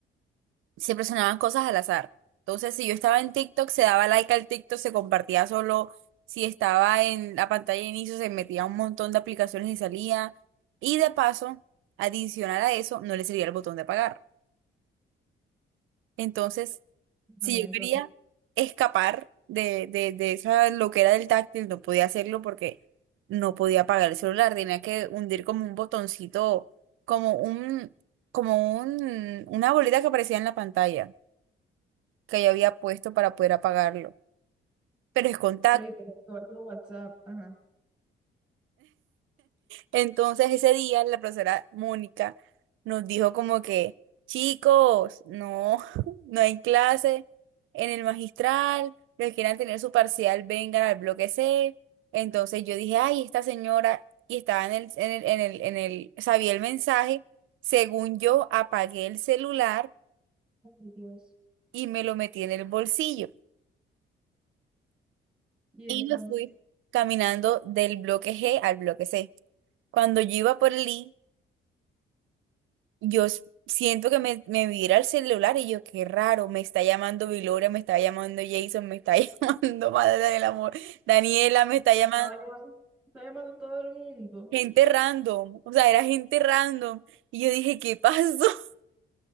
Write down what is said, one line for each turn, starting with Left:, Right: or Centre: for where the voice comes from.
Right: siempre sonaban cosas al azar. Entonces, si yo estaba en TikTok, se daba like al TikTok, se compartía solo. Si estaba en la pantalla de inicio, se metía un montón de aplicaciones y salía. Y de paso, adicional a eso, no le servía el botón de apagar. Entonces,
Centre: Ajá,
Right: Si
Centre: y entonces,
Right: yo quería escapar de, de, de esa loquera del táctil, no podía hacerlo porque no podía apagar el celular. Tenía que hundir como un botoncito, como un, como un, una bolita que aparecía en la pantalla que yo había puesto para poder apagarlo. Pero es contacto
Centre: pero y como todo el WhatsApp, ajá.
Right: Entonces ese día la profesora Mónica nos dijo como que, chicos, no, <laughs> no hay clase en el magistral, los que quieran tener su parcial vengan al bloque C. Entonces yo dije, ay, esta señora, y estaba en el, en el, en el, en el, sabía el mensaje, según yo apagué el celular
Centre: Ay, Dios.
Right: y me lo metí en el bolsillo
Centre: Y
Right: y
Centre: entonces,
Right: me fui caminando del bloque G al bloque C. Cuando yo iba por el I, Yo s- siento que me, me vibra el celular y yo, qué raro, me está llamando Viloria, me está llamando Jason, me está <laughs> llamando Madre del Amor, Daniela, me está
Centre: estaba
Right: llamando
Centre: llamando, estaba llamando a todo el mundo.
Right: gente random, o sea, era gente random. Y yo dije, ¿qué pasó? <laughs>